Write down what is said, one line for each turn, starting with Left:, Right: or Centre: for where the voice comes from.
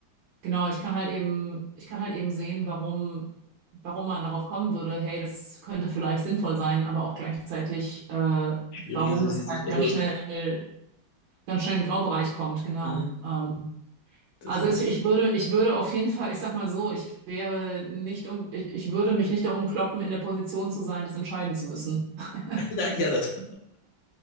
Right: Genau, ich kann halt eben, ich kann halt eben sehen, warum, warum man darauf kommen würde, hey, das könnte vielleicht sinnvoll sein, aber auch gleichzeitig, äh,
Left: Schwierig
Right: warum
Left: ist es,
Right: das
Left: ist,
Right: halt
Left: dass man
Right: ganz
Left: es löst.
Right: schnell, ganz schnell in den Graubereich kommt, genau.
Left: Mhm.
Right: Ähm,
Left: Das
Right: also
Left: ist,
Right: es, ich würde, ich würde auf jeden Fall, ich sag mal so, ich wäre nicht um, ich, ich würde mich nicht darum kloppen, in der Position zu sein, das entscheiden zu müssen. <laughs>
Left: <laughs> nein, ja nicht.